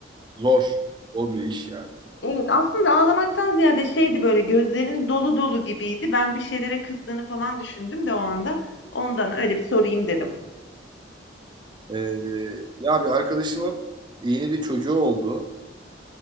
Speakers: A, on the right (about 25°); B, on the left (about 70°).
A: zor. Zor bir iş yani.
B: evet aslında ağlamaktan ziyade şeydi böyle gözlerin dolu dolu gibiydi. Ben bir şeylere kızdığını falan düşündüm de o anda. Ondan öyle bir sorayım dedim.
A: E, ya bir arkadaşımın yeni bir çocuğu oldu.